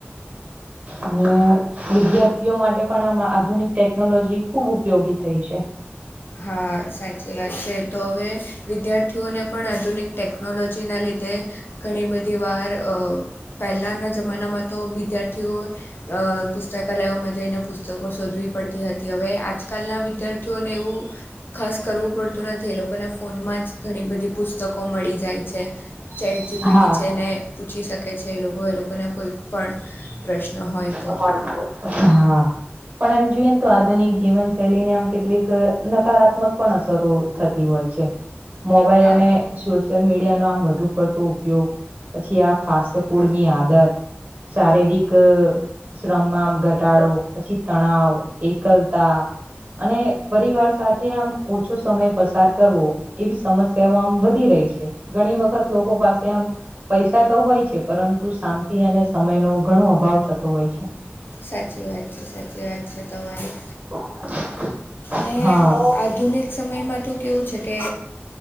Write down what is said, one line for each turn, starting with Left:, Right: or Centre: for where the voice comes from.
Right: અને વિજ્ઞ માટે પણ આ આધુનિક ટેકનોલોજી ખુબ ઉપયોગી થઈ છે.
Left: હા, સાચી વાત છે તો હવે વિદ્યાર્થીઓને પણ આધુનિક ટેકનોલોજીના લીધે, ઘણી બધી વાર પહેલાંના જમાનામાં તો વિદ્યાર્થીઓ, પુસ્તકાલયોમાં જઈને પુસ્તકો શોધવી પડતી હતી. હવે, આજકાલના વિદ્યાર્થીઓને એવું, ખાસ કરવું પડતું નથી એ લોકોને ફોનમાં જ ઘણી બધી પુસ્તકો, કો મળી જાય છે, ચેટ જીપીટી
Right: હા
Left: છે ને, પૂછી શકે છે એ લોકો એ લોકોને કોઈક પણ, પ્રશ્ન હોય,
Right: હા,
Left: તો
Right: પણ એમ જોઈએ તો આધુનિક જીવનશૈલી, કેટલીક નકારાત્મક પણ અસરો થતી હોય છે. મોબાઈલ
Left: હા
Right: અને, સોશિયલ મીડિયાનો આમ વધુ પડતો ઉપયોગ પછી આ ફાસ્ટ ફૂડની
Left: હા
Right: આદત, શારીરિક, શ્રમમાં ઘટાડો પછી તણાવ એકલતા, અને પરિવાર સાથે આમ ઓછો સમય પસાર કરવો, એવી સમસ્યાઓ આમ વધી રહી છે. ઘણી વખત લોકો પાસે આમ પૈસા, તો હોય છે પરંતુ શાંતિ અને સમય નો ઘણો અભાવ થતો, હોય છે.
Left: સાચી વાત છે, તમારી.
Right: <inaudible>
Left: ને
Right: હા
Left: આધુનિક સમયમાં તો કેવું છે કે,